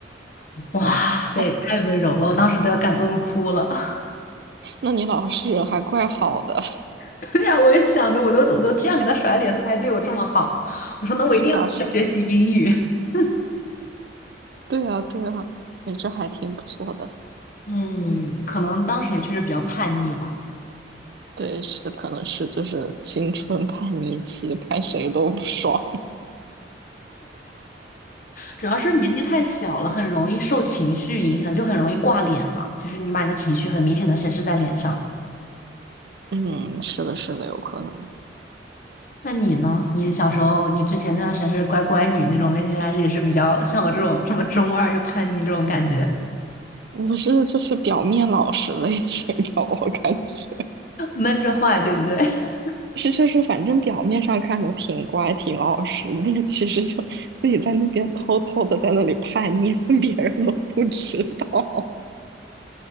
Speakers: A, on the left (about 50°); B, on the right (about 65°).
A: <laughs> 哇塞，
B: 哦，
A: 太温柔了，我当时都要感动哭了。<laughs>
B: 那你老师人还怪好的。<laughs>
A: 对呀、我也想着，我都我都这样给他甩脸色，他还对我这么好，我说那我一定要好好学习英语。
B: 是啊，是啊，
A: <laughs>
B: 对啊，对啊，你这还挺不错的。
A: 嗯，可能当时也确实比较叛逆吧，
B: 对，是，可能是就是青春叛逆期，看谁都不爽。
A: 主要是年纪太小了，很容易受情绪影响，就很容易挂脸嘛，就是你把你的情绪很明显的显示在脸上。
B: <laughs> 嗯，是的，是的，有可能。
A: 那你呢？你小时候，你之前那段时间是乖乖女那种类型，还是也是比较像我这种这么中二又叛逆这种感觉，
B: 我是就是表面老实类型吧，我感觉
A: <laughs> 闷着坏，对不对？<laughs>
B: 是就是反正表面上看都挺乖挺老实，但其实就自己在那边偷偷的在那里叛逆，<laughs> 别人都不知道。